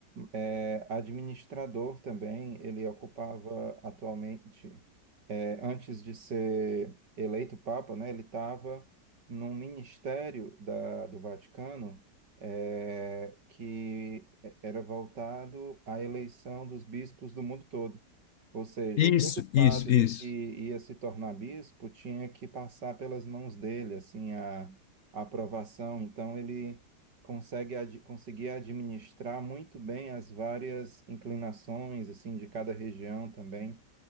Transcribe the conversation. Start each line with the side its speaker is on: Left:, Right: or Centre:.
Right: é, administrador também. Ele ocupava atualmente. É, antes de ser eleito Papa, né, ele estava num ministério da, do Vaticano eh, que é, era voltado à eleição dos bispos do mundo todo. Ou seja,
Left: Isso,
Right: todo padre
Left: isso, isso.
Right: que ia se tornar bispo tinha que passar pelas mãos dele, assim, a, a aprovação. Então, ele consegue ad, conseguia administrar muito bem as várias inclinações, assim, de cada região também.